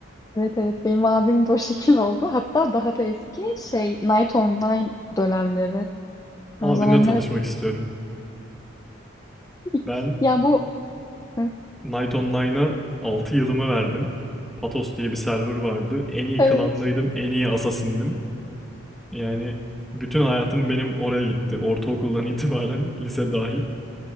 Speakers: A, on the left (about 15°); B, in the centre.
A: Evet evet benim abim de o <laughs> şekil oldu. Hatta daha da eski şey Night Online dönemleri.
B: Abinle
A: O zamanlar
B: tanışmak istiyorum.
A: ilk-
B: Ben
A: ya bu Hı,
B: Knight Online'a 6 yılımı verdim. Patos diye bir server vardı. En iyi
A: evet
B: klandaydım, en iyi assassin'dim. Yani bütün hayatım benim oraya gitti. Ortaokuldan <laughs> itibaren, lise dahil.